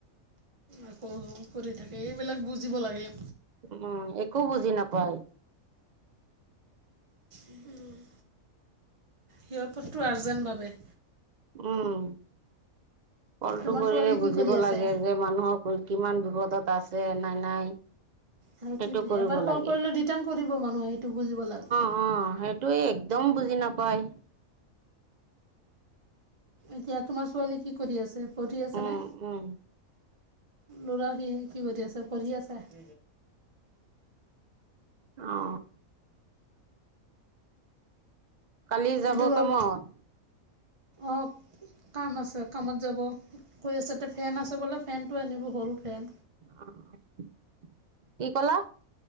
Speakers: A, on the right; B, on the right.
A: আকৌ কৰি থাকে এইবিলাক বুজিব লাগে।
B: উম একো বুজি নাপায়।
A: উম সিহঁতৰটো আৰ্জেন্ট ভাৱে।
B: উম কলটো
A: তোমাৰ
B: কৰিলে
A: ছোৱালী কি
B: বুজিব
A: কৰি
B: লাগে
A: আছে
B: যে মানুহৰ কিমান দূৰতত আছে না নাই।
A: সেইটোৱেটো
B: সেইটো কৰিব
A: এবাৰ কল
B: লাগে
A: কৰিলে ৰিটাৰ্ণ কৰিব মানুহে এইটো বুজিব লাগে।
B: অ সেইটোে একদম বুজি নাপায়।
A: এতিয়া তোমাৰ ছোৱালী কি কৰি আছে পঢ়ি আছেনে?
B: উম, উম।
A: ল'ৰা কি কি সুধি আছে পঢ়ি আছে। <inaudible>
B: অ কালি যাব
A: হেইটো অলপ
B: কামত
A: অ কাম আছে কামত যাব হৈ আছে ফেন আছে বোলে ফেনটো আনিব সৰু ফেন
B: অ কি কলা